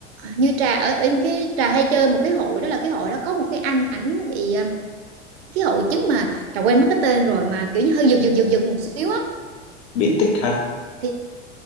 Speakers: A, on the right; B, on the left.
A: như trà ở, ở cái trà hay chơi một cái hội đó là cái hội đó có một cái anh ảnh bị ờ, cái hội chứng mà trà quên mất cái tên rồi mà kiểu như hơi giật giật giật giật một xíu á
B: bị tích hả
A: thì